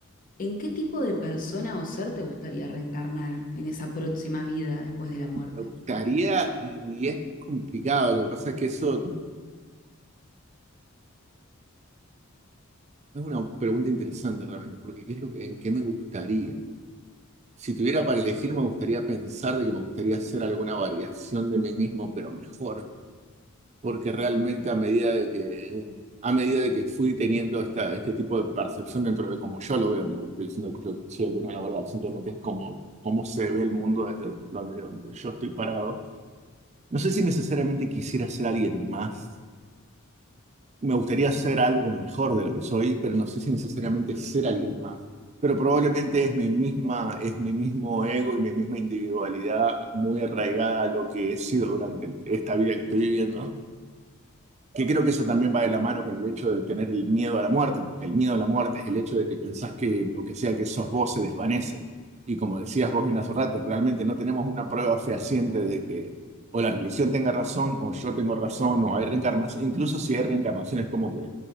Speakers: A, on the left; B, on the right.
A: ¿en qué tipo de persona o ser te gustaría reencarnar en esa próxima vida después de la muerte?
B: Me gustaría, y es complicado, lo que pasa es que eso es una pregunta interesante realmente, porque ¿qué es lo que, en qué me gustaría? Si tuviera para elegir, me gustaría pensar de que me gustaría hacer alguna variación de mí mismo, pero mejor porque realmente a medida de que, a medida de que fui teniendo esta, este tipo de percepción dentro de cómo yo lo veo, no estoy diciendo que yo soy el de una la verdad, simplemente es como, cómo se ve el mundo desde donde, donde yo estoy parado. No sé si necesariamente quisiera ser alguien más. Me gustaría ser algo mejor de lo que soy, pero no sé si necesariamente ser alguien más. Pero probablemente es mi misma, es mi mismo ego y mi misma individualidad muy arraigada a lo que he sido durante esta vida que estoy viviendo que creo que eso también va de la mano con el hecho de tener el miedo a la muerte, porque el miedo a la muerte es el hecho de que pensás que lo que sea que sos vos se desvanece. Y como decías vos bien hace un rato, realmente no tenemos una prueba fehaciente de que o la religión tenga razón, o yo tengo razón, o hay reencarnación. Incluso si hay reencarnación es como que